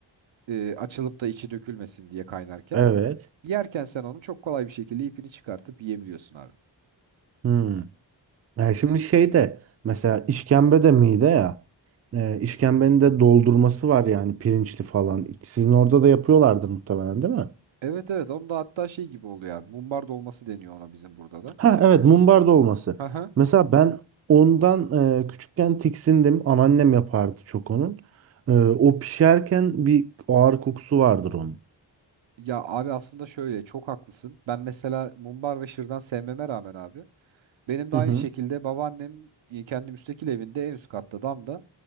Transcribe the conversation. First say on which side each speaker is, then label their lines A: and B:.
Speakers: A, on the right (about 80°); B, on the right (about 35°).
A: Ee, açılıp da içi dökülmesin diye kaynarken.
B: Evet.
A: Yerken sen onu çok kolay bir şekilde ipini çıkartıp yiyebiliyorsun abi.
B: Hmm. Yani şimdi şey de mesela işkembe de mide ya. Ee, işkembenin de doldurması var yani pirinçli falan. Sizin orada da yapıyorlardır muhtemelen değil mi?
A: Evet evet onun da hatta şey gibi oluyor abi. Mumbar dolması deniyor ona bizim burada da.
B: Ha evet mumbar dolması.
A: Haha.
B: Mesela ben ondan e, küçükken tiksindim. Anneannem yapardı çok onun. E, o pişerken bir ağır kokusu vardır onun.
A: Ya abi aslında şöyle çok haklısın. Ben mesela mumbar ve şırdan sevmeme rağmen abi Benim de
B: Hı
A: aynı
B: hı.
A: şekilde babaannem e, kendi müstakil evinde en üst katta damda